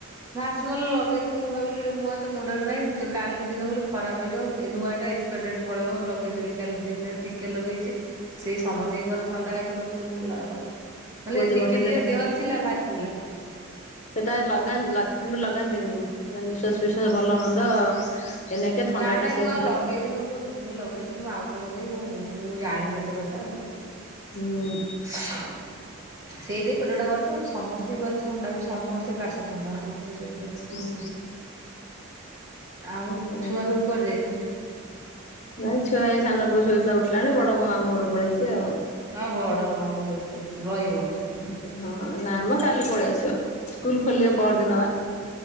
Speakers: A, on the right; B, on the left.
A: ଭାଶ୍ମଲ ଲଗେଇଥିଲି ମୁଁ ଭାବିଲି ମୁଁ ମୁଣ୍ଡରେ ନାହିଁ ତ କାଲି ଦିନ ବୋଲି ଖରାପ ହେଇଯିବ, ଏ ନୂଆ ଟା ଏକ୍ସପାୟାର ଡେଟ୍ ପଳେଇବ, ଲଗେଇ ଦେଲି କାଲି ଦିନ ରେ ଟିକେ ଟିକେ ଲଗେଇଛି ସେଇ ସମତିଙ୍କର ଥଣ୍ଡା ହେଇଛି ମତେ ହେଇଗଲା ଆଉ। ମାନେ
B: ପୁଅ ଯଦି
A: ଟିକେ
B: ପଠେଇଛ
A: ଟିକେ
B: ନା
A: ଦେହ ରେ ଥିଲା ବାହାରି ପଡିଲା।
B: ସେଟା ଲଗା ଲ ଲଗାନ୍ତିନି ନିଶ୍ଵାସ ଫଶ୍ଵାସ ଭଲ ମନ୍ଦ ଏଇନାକେ ଥଣ୍ଡା
A: ନାଇଁ
B: ଟା
A: ନାଇଁ
B: ସେ
A: ମୁଁ ଆଉ
B: ଥଣ୍ଡା
A: ଲଗେଇବିନି, ମୁଁ ତ ଭୁଲ ଲଗେଇଥିଲି, ମୁଁ ଆଉ କଣ ଲଗେଇବି ମୁଁ ଜାଣିନି ଏତେ କଥା ଆଉ।
B: ହୁଁ, ଉ।
A: ସୁଁ, ଉ ସେଇଥି ପେଟ ଟା ଘରେ ତମର ସମସ୍ତଙ୍କ ଘରେ ଥଣ୍ଡା ବି ସମସ୍ତେ ସେ କାଶ ଥଣ୍ଡା ମଧ୍ୟ ସେ ହେଇଯାଉନି
B: ହୁଁ
A: ଆଉ।
B: ହୁଁ
A: ଛୁଆ ସବୁ କରି ଯାଇଛନ୍ତି।
B: ନାଇଁ ଛୁଆ ଏଇ ସାନ ପୁଅ ସୋଇଥିଲା ଉଠିଲାଣି, ବଡ ମାମୁଁ ଘରକୁ ପଳେଇଛି ଆଉ।
A: ହଁ ବଡ ମାମୁ ଘର କହୁଛନ୍ତି ରହିବ।
B: ଆଛା ହଁ ନାଇଁ ମ କାଲି ପଳେଇ ଆସିବା ସ୍କୁଲ ଖୋଲିବ ପହର ଦିନ ବା।